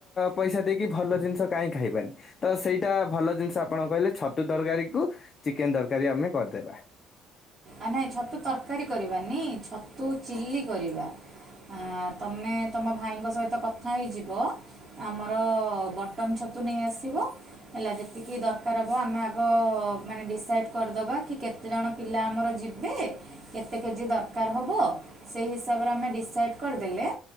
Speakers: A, on the left; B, on the right.
A: ପଇସା ଦେଇକି ଭଲ ଜିନିଷ କାହିଁ ଖାଇବାନି ତ ସେଇଟା ଭଲ ଜିନିଷ ଆପଣ କହିଲେ ଛତୁ ତରକାରୀ କୁ ଚିକେନ ତରକାରୀ ଆମେ କରିଦେବା।
B: ଆ ନାଇଁ ଛତୁ ତରକାରୀ କରିବାନି ଛତୁ ଚିଲ୍ଲି କରିବା। ତମେ ତମ ଭାଇଙ୍କ ସହିତ କଥା ହେଇଯିବ ଆମର ବଟନ ଛତୁ ନେଇ ଆସିବ। ହେଲା ଯେତିକି ଦରକାର ହେବ ଆମେ ଆଗ ମାନେ ଡିସାଇଡ଼୍ କରିଦେବା କି କେତେଜଣ ପିଲା ଆମର ଯିବେ କେତେ କେଜି ଦରକାର ହେବ ସେଇ ହିସାବରେ ଆମେ ଡିସାଇଡ଼୍ କରିଦେଲେ